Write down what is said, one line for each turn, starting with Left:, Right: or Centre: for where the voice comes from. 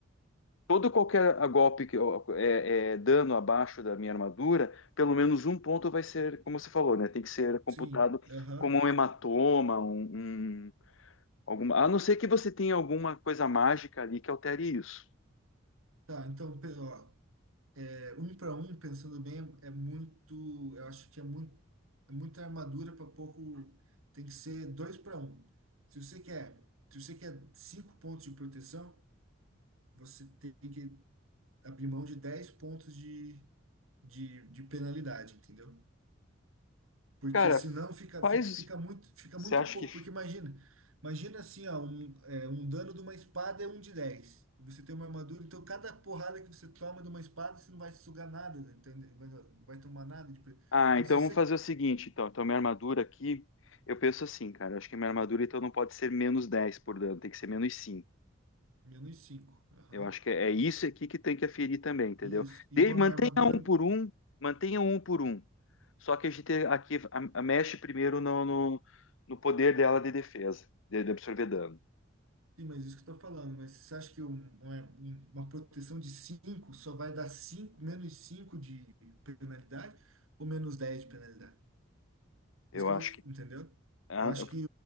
Left: todo qualquer ah, golpe que eu- é, é dano abaixo da minha armadura, pelo menos um ponto vai ser, como você falou, né? Tem que ser computado
Right: Sim, aham.
Left: como um hematoma, um, um- alguma, a não ser que você tenha alguma coisa mágica ali que altere isso.
Right: Tá, então, pe- ó, é, um para um, pensando bem, é muito. Eu acho que é muito, é muita armadura para pouco. Tem que ser dois para um. Se você quer, se você quer cinco pontos de proteção, você tem que abrir mão de dez pontos de, de, de penalidade, entendeu? Porque
Left: Cara,
Right: senão fica,
Left: faz.
Right: fica, fica muito, fica
Left: Você
Right: muito
Left: acha
Right: pouco.
Left: que
Right: Porque imagina, imagina assim, ó, um, é, um dano de uma espada é um de dez E Você tem uma armadura, então cada porrada que você toma de uma espada, você não vai sugar nada, né? Então, vai, vai tomar nada de pre-
Left: Ah,
Right: Então,
Left: então
Right: se você.
Left: vamos
Right: é
Left: fazer o seguinte, então. Então, minha armadura aqui, eu penso assim, cara. Eu acho que minha armadura, então, não pode ser menos 10 por dano, tem que ser menos 5.
Right: Menos cinco Aham.
Left: Eu acho que é, é isso aqui que tem que aferir também, entendeu?
Right: Isso. E
Left: De-
Right: uma
Left: mantenha
Right: armadura.
Left: um por um, mantenha um por um. Só que a gente aqui a- a- mexe primeiro no, no, no poder dela de defesa, de, de absorver dano.
Right: Sim, mas isso que eu tô falando. Mas você acha que um- uma, um- uma proteção de 5 só vai dar 5 menos 5 de penalidade ou menos 10 de penalidade?
Left: Eu
Right: Isso que
Left: acho
Right: eu
Left: que.
Right: tô. Entendeu?
Left: ah,
Right: Eu acho que